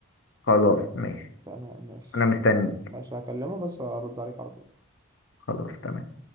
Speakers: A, on the left; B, on the right.
A: خلاص ماشي
B: تمام ماشي
A: انا مستني
B: ماشي هكلمه بس وارد عليك على طول
A: خلاص تمام